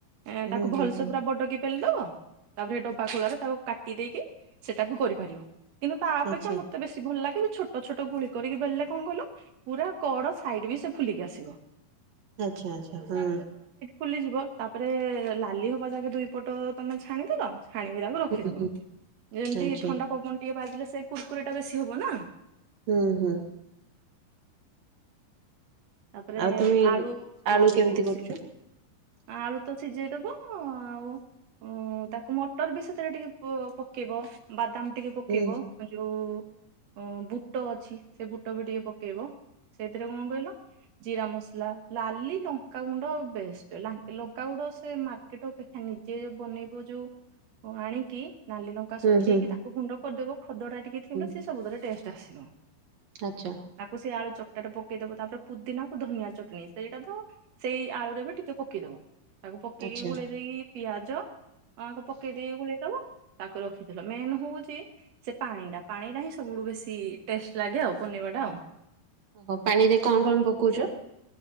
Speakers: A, on the right; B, on the right.
A: ଏ ତାକୁ
B: ହୁଁ ହୁଁ
A: ଭଲସେ
B: ହୁଁ
A: ପୁରା ବଡକି ବେଲି ଦବ। ତାପରେ ଡବା ଖୂଳାରେ ତାକୁ କାଟି ଦେଇକି ସେଟା ବି କରିପାରିବ। କିନ୍ତୁ ତା ଅପେକ୍ଷା
B: ଆଚ୍ଛା।
A: ମତେ ବେଶି ଭଲ ଲାଗେ ଯେ ଛୋ ଛୋଟ ଛୋଟ ଗୁଳି କରିକି ବେଲିଲେ କଣ କଇଲ ପୁରା କଡ ସାଇଡ ବି ସେ ଫୁଲିକି ଆସିବ।
B: ଆଚ୍ଛା ଆଚ୍ଛା ହୁଁ।
A: ଫୁଲିଯିବ ତାପରେ ଲାଲି ହବା ଯାକେ ଦୁଇ ପଟ ତମେ ଛାଣିଦେଲ। ଛାଣିକି ତାକୁ ରଖିଦବ।
B: ହୁଁ ହୁଁ
A: ଯେମିତି
B: ଆଚ୍ଛା
A: ଥଣ୍ଡା ପବନ ଟିକେ ବାଜିଲେ ସେ କୁୁରକୁରି ଟା ବେଶୀ ହବ ନା।
B: ହୁଁ ହୁଁ।
A: ତାପରେ
B: ଆଉ ତମେ
A: ଆଳୁ
B: ଆଳୁ କେମିତି କରୁଛ
A: ସି ଆଳୁ ତ ସିଝେଇ ଦବ ଆଉ। ଓ ତାକୁ ମଟର ବି ସେଥିରେ ଟିକେ ପ ପକେଇବ। ବାଦାମ ଟିକେ ପକେଇବ
B: ହୁଁ
A: ଯୋଉ ଉ ବୁ ଟ ଅଛି ସେ ବୁଟ ବି ଟିକେ ପକେଇବ ସେଇଥିରେ କଣ କହିଲ। ଜିରା ମସଲା ଲାଲି ଲଙ୍କାଗୁଣ୍ଡ ବେଷ୍ଟ। ଲା ଲଙ୍କାଗୁଣ୍ଡ ସେ ମାର୍କେଟ ଅପେକ୍ଷା ନିଜେ ବନେଇବ ଯୋଉ। ଓ ଆଣିକି ନାଲି ଲ କା
B: ହୁଁ
A: ଶୁଖେଇକି
B: ହୁଁ।
A: ତାକୁ ଗୁଣ୍ଡ କରିଦବ ଖଦଡା ଟିକେ ଥିବ
B: ହୁଁ
A: ସେ ସବୁଥିରେ ଟେଷ୍ଟ ଆସିବ।
B: ଆଚ୍ଛା।
A: ତାକୁ ସେଇ ଆଳୁ ଚକଟାରେ ପକେଇ ଦବ ତାପରେ ପୁଦିନାକୁ ଧନିଆ ଚଟଣି ସେଇଟା ତ ସେଇ ଆଳୁରେ ବି ଟିକେ। କେ ପକେଇଦବ ତାକୁ ପକେଇକି
B: ଆଚ୍ଛା
A: ଗୋଳେଇ ଦେଇକି ପିଆଜ। ଅ ତ ପକେଇଦେଇ ଗୋଳେଇ ଦବ ତାକୁ ରଖିଥିଲ ମେନ ହଉଛି। ସେ ପାଣି ଟା ପାଣି ଟା ହିଁ ସବୁଠୁ ବେଶୀ ଟେଷ୍ଟ ଲାଗେ ଆଉ ବନେଇବା ଟା ଆଉ।
B: ଓହୋ ପାଣିରେ କଣ କଣ ପକଉଛ?